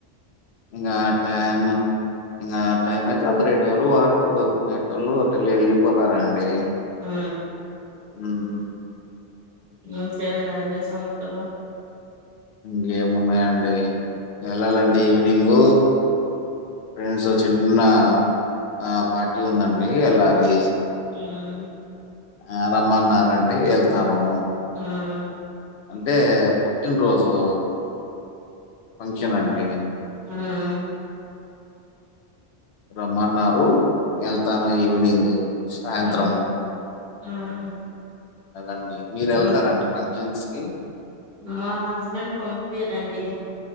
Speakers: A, on the left; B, on the right.
A: ఇంగ టైమ్ ఇంగ టైం అయితే అందరు ఎటోళ్ళు ఆటు ఎటోళ్ళు ఆటోళ్ళు వెళ్ళిపోతారండి
B: ఆ
A: మ్ మ్
B: ఇంకేందండి సంగతులు
A: ఇంకేమున్నాయండి వెళ్ళాలండి ఈవినింగ్ ఫ్రెండ్స్ తో చిన్న ఆ పార్టీ ఉందండి వెళ్ళాలి
B: మ్
A: ఆ రమ్మన్నండి వెళ్తాను
B: హుహు
A: అంటే పుట్టినరోజు ఫంక్షన్ అండి
B: <unintelligible>
A: రమ్మన్నారు వెళ్తాను ఈవినింగ్ సాయంత్రం
B: మ్మ్ మ్మ్
A: కదండి మీరు వెళ్తారండి
B: మ్మ్
A: ఫంక్షన్స్ కి
B: మా హస్బెండ్ పంపియరండి